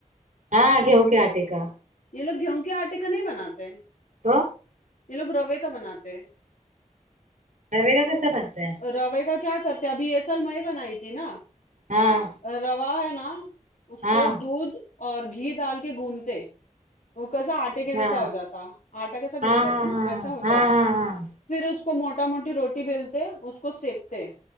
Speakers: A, on the right; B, on the left.
A: ہاں گھیو کے آٹے کا
B: یہ لوگ گیہوں کے آٹے کا نہیں بناتے
A: تو
B: یہ لوگ روے کا بناتے ہیں
A: ر وے کا کیسا بنتا ہے
B: رو ے کا کیا کرتے ابھی یہ سال میں بنای تھی نہ
A: ہاں
B: روا ہے نا اس
A: ہاں
B: کو دودھ اور گھی ڈال کے گنودتے وہ کیسا آٹے
A: اچھا
B: کے جیسا ہو جاتا آٹا کیسا گن
A: ہاں
B: تےگوندتے
A: ہاں
B: اپن ایسا ہو
A: ہاں
B: جاتا
A: ہاں ہاں ہاں
B: پھر اس کو موٹا موٹی روٹی بیلتے اس کو سیکتے